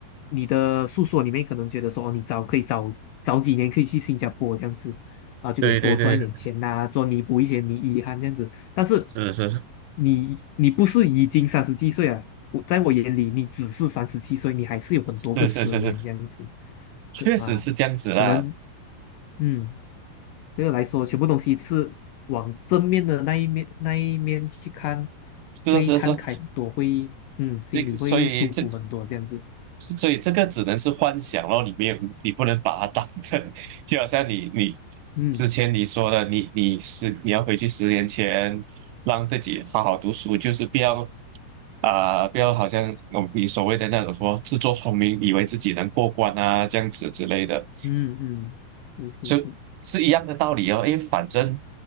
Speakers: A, on the left; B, on the right.
A: 你的诉说里面，可能觉得说，哦，你早可以早早几年可以去新加坡这样子，啊，就可以多赚一点钱呐、
B: 对对对，
A: 做弥补一些你遗憾这样子。但是
B: 是是
A: 你你不是已经三十七岁啊？我在我眼里，你只是三十七岁，你还是有很多个十年这样子，
B: 是是是是，确实是这样子啦，
A: 可啊，可能嗯。对我来说，全部东西是往正面的那一面那一面去看，
B: 是的是的是的，
A: 会看开很多，会嗯，心里会舒服很多，
B: 这个所以这
A: 这样子。
B: 是所以这个只能是幻想咯，你没有你不能把它当成，<laughs> 就好像你你
A: 嗯
B: 之前你说的，你你是你要回去十年前，让自己好好读书，就是不要啊、不要好像哦你所谓的那种说自作聪明，以为自己能过关啊这样子之类的，
A: 嗯嗯，是是是，
B: 就是一样的道理哦，因为反正